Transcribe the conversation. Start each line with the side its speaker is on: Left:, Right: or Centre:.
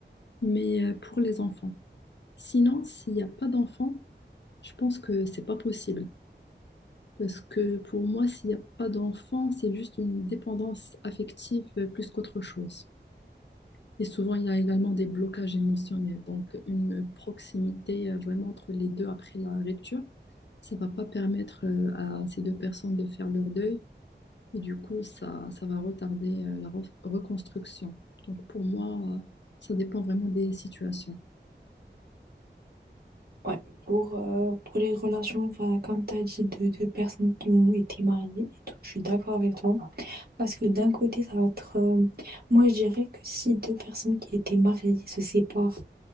Left: mais euh, pour les enfants. Sinon, s'il n'y a pas d'enfants, je pense que c'est pas possible. Parce que pour moi, s'il n'y a pas d'enfants, c'est juste une dépendance affective euh, plus qu'autre chose. Et souvent, il y a également des blocages émotionnels. Donc, une proximité euh, vraiment entre les deux après la rupture, ça va pas permettre euh, à ces deux personnes de faire leur deuil. Et du coup, ça, ça va retarder euh, la re- reconstruction. Donc, pour moi, euh, ça dépend vraiment des situations.
Right: Ouais, pour, euh, pour les relations, enfin, comme t'as dit, de, de personnes qui ont été mariées et tout, je suis d'accord avec toi. Parce que d'un côté, ça va être. euh, moi, je dirais que si deux personnes qui étaient mariées se séparent